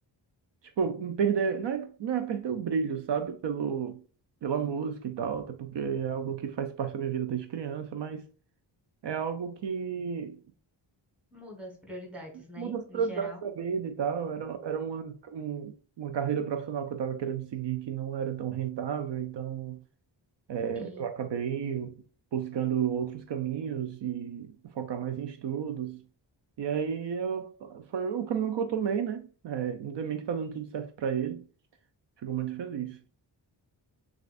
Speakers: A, on the right; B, in the centre.
A: tipo, me perder. Não é, não é perder o brilho, sabe? Pelo, pela música e tal. Até porque é algo que faz parte da minha vida desde criança, mas. É algo que
B: Muda as prioridades, né?
A: muda as prioridades
B: Em geral.
A: da vida e tal. Era, era uma, um- uma carreira profissional que eu estava querendo seguir que não era tão rentável, então eh,
B: Sim.
A: eu acabei buscando outros caminhos e focar mais em estudos. E aí eu, foi o caminho que eu tomei, né? É, ainda bem que tá dando tudo certo para ele. Fico muito feliz.